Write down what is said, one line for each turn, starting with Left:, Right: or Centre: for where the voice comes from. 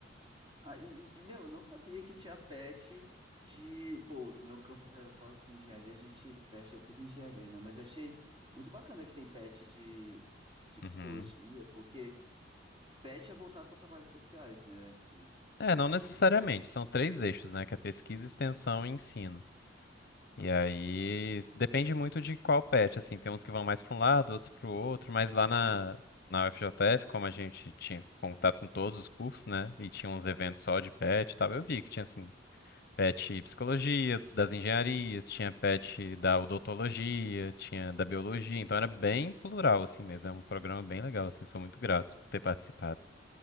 Right: Ah, e, e, meu, eu não sabia que tinha PET de. Pô, meu campus era só de engenharia, a gente fecha tudo em engenharia, né? Mas eu achei muito bacana que tem PET de, de psicologia,
Left: Uhum.
Right: porque PET é voltado para trabalhos sociais, né? E, tipo,
Left: É, não necessariamente. São três eixos, né? Que é pesquisa, extensão e ensino. E aí depende muito de qual pet, assim. Tem uns que vão mais para um lado, outros para o outro, mas lá na, na UFJF, como a gente tinha contato com todos os cursos, né? E tinha uns eventos só de pet e tal, eu vi que tinha assim pet psicologia, das engenharias, tinha pet da odontologia, tinha da biologia, então era bem plural assim mesmo, é um programa bem legal assim, sou muito grato por ter participado.